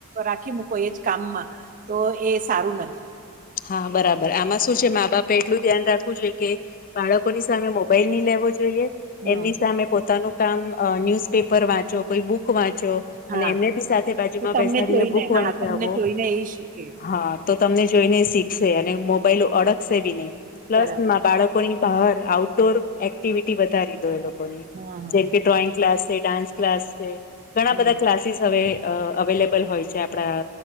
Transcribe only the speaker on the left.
હા બરાબર આમાં શું છે, મા બાપે એટલું ધ્યાન રાખવું જોઈએ કે બાળકોની સામે મોબાઈલ ની લેવો જોઈએ
એમની સામે પોતાનું કામ અ ન્યુઝપેપર વાંચો કોઈ બુક વાંચો
અને એમને બી સાથે બાજુમાં
બેસાડીને
બુક
વંચાવો
હા તો તમને જોઈને શીખશે અને મોબાઈલ અડકશે બી નહી પ્લસ
બાળકોની <unintelligible> આઉટડોર એક્ટિવિટી વધારી દો એ લો કોની
જેમ કે ડ્રોઈંગ ક્લાસ છે, ડાન્સ ક્લાસ છે, ઘણા
બધા ક્લાસીસ હવે અ અવેલેબલ હોય છે, આપણા